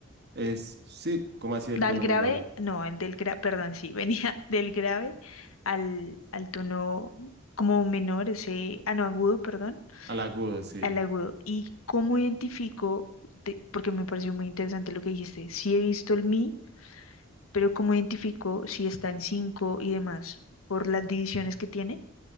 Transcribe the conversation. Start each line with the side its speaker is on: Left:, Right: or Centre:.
Right: Es, sí, como así el
Left: Al
Right: tono
Left: grave,
Right: menor
Left: no, el del grave, perdón, sí, <laughs> venía del grave al, al tono como menor, ese, ah, no, agudo, perdón,
Right: al agudo, sí.
Left: al agudo. ¿Y cómo identifico, de- porque me pareció muy interesante lo que dijiste, sí he visto el mi, pero cómo identifico si está en cinco y demás, por las divisiones que tiene